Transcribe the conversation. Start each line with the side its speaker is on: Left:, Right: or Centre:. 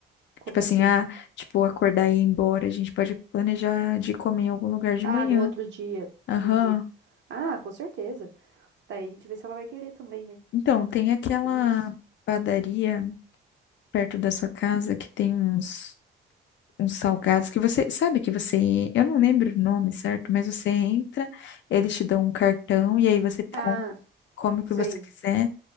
Right: como
Left: Tipo assim,
Right: assim?
Left: ah, tipo, acordar e ir embora, a gente pode planejar de comer em algum lugar de
Right: Ah,
Left: manhã.
Right: no outro dia.
Left: Aham.
Right: Entendi. Ah, com certeza. Daí a gente vê se ela vai querer também, né?
Left: Então, tem aquela
Right: Porque tem isso.
Left: padaria perto da sua casa que tem uns, uns salgados que você sabe que você, eu não lembro o nome, certo? Mas você entra, eles te dão um cartão e aí você
Right: Ah,
Left: com- come o que
Right: sei.
Left: você quiser